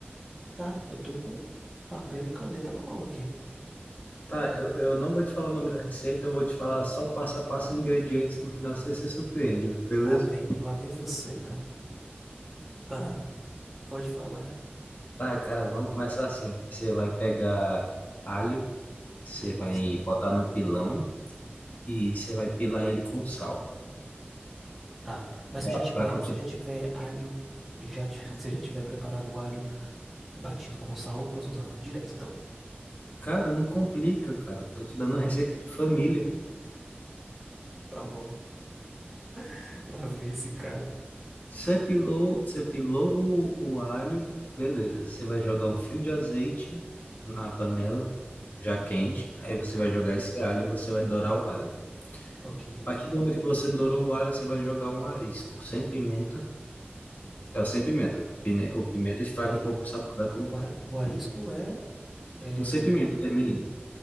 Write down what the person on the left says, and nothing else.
Tá, eu, eu não vou te falar o nome da receita, eu vou te falar só o passo a passo, os ingredientes, no final você se surpreende, beleza?
Tá, cara, vamos começar assim. Você vai pegar alho, você
vai botar no pilão e você vai pilar ele com sal.
Pra,
pra continuar.
Cara, não complica, cara. Tô te dando uma receita de família.
Você pilou, você pilou o, o alho, beleza. Você vai jogar um fio de azeite na panela, já quente. Aí você
vai jogar esse alho, você vai dourar o alho.
A partir do momento que você dourou o alho, você vai jogar um arisco sem pimenta. É o sem pimenta. O pine- o pimenta estraga
um pouco o sabor da comida.
Não sei pimenta vermelhinho.